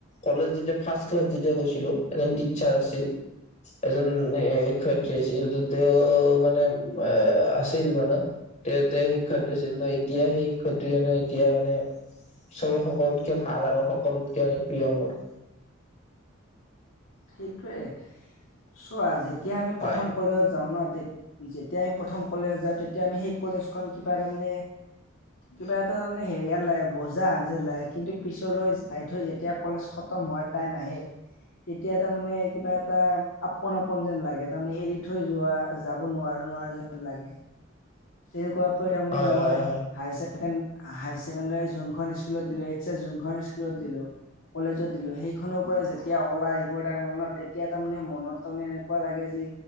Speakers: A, on the left (about 35°); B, on the left (about 75°).
A: কলেজ যেতিয়া ফাৰ্ষ ক্লাছ যেতিয়া গৈছিলোঁ এজন টিচচাৰ আছিল এজন এ শিক্ষয়িত্ৰী আছিল য তেওঁ মানে আহ, আছিল মানে তেতে শিক্ষয়িত্ৰী আছিল ত' এতিয়া সেই শিক্ষয়িত্ৰীজনো এতিয়া মানে চবে সকলোতকে ভাল আৰু সকলোতকে মানে প্ৰিয় মোৰ।
B: সেইটোৱে চোৱা যেতিয়া আমি
A: হয়
B: প্ৰথম কলেজত যাওঁ ন' তে যেতিয়া আমি প্ৰথম কলেজত যাওঁ তেতিয়া আমি সেই কলেজখন কিবা তাৰমানে
A: <inaudible>
B: কিবা এটা তাৰমানে হেৰিহান লাগে বজা হেন যেন লাগে কিন্তু পিছলৈ যাই থৈ যেতিয়া কলেজখন ত' মই টাইম আহে। তেতিয়া তাৰমানে কিবা এটা আপোন- আপোন যেন লাগে তাৰমানে এৰি থৈ যোৱা যাব নোৱাৰো -নোৱাৰো যেন লাগে তেনেকুৱাকৈ তাৰমানে
A: হয়
B: মই
A: হয় হয়
B: হাইছে ছেকেণ্ড হাই ছেকেণ্ডাৰী যোনখন স্কুলত দিলো এইছ চেছ যোনখন স্কুলত দিলো কলেজত দিলো সেইখনৰ পৰাই যে তেতিয়া অলাই আহিব টাইম হল ন' তেতিয়া তাৰমানে মনত তাৰমানে এনেকুৱা লাগে যি